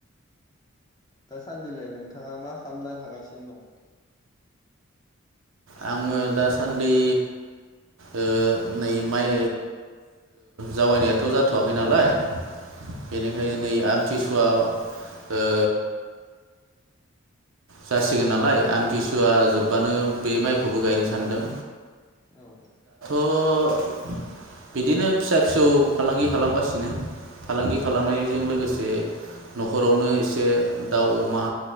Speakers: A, on the left (about 20°); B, on the right (about 70°).
A: दासान्दिलाय नोंथाङा मा खालामना थागासिनो दं
B: आङो दासान्दि ओ नै माइ जावैनायाथ' जाथ'वाखै नालाय बेनिखायनो नै आमथिसुवा ओ
A: औ
B: जासिगोन नालाय आमथिसुवा जोबबानो बे माइखौबो गायनो सानदों
A: औ
B: थ' बिदिनो फिसा फिसौ फालांगि खालामगासिनो फालांगि खालामनायजों
A: औ
B: लोगोसे न'खरावनो एसे दाउ अमा